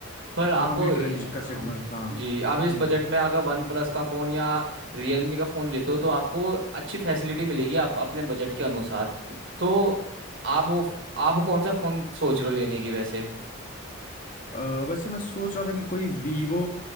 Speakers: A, on the right; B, on the left.
A: पर आपको
B: हाँ मिड
A: ये-
B: रेंज का सेट हाँ
A: जी आप इस
B: हम्म
A: बजट में अगर वन प्लस का फ़ोन या रियलमी का फ़ोन लेते हो तो आपको अच्छी फैसिलिटी मिलेगी आप अपने बजट के अनुसार तो आप वो आप कौन सा फ़ोन सोच रहे हो लेने की वैसे
B: अ, वैसे मैं सोच रहा था कि कोई वीवो